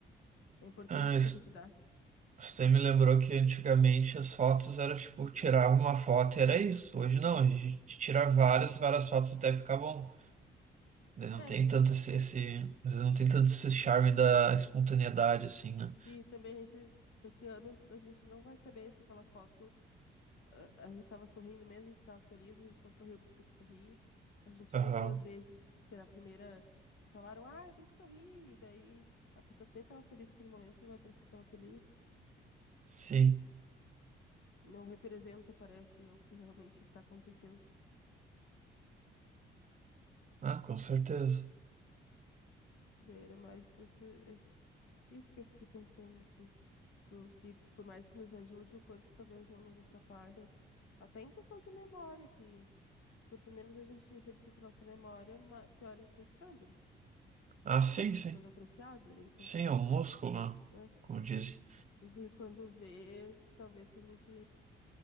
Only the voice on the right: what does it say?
Ah,
Você me lembrou que antigamente as fotos eram tipo, tirava uma foto e era isso. Hoje
não, a gente tira várias, várias fotos até ficar bom. Daí Não
tem tanto esse, esse, às vezes não tem tanto esse charme da espontaneidade assim, né?
Aham.
Sim.
Ah, com certeza.
Ah, sim,
sim.
Sim, é um músculo, né?
Como dizem.